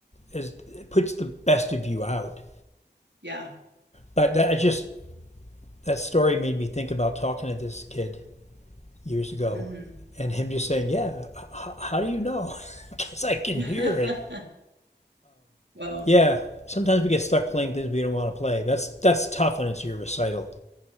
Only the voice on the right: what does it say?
yeah
hmm
<laughs>
well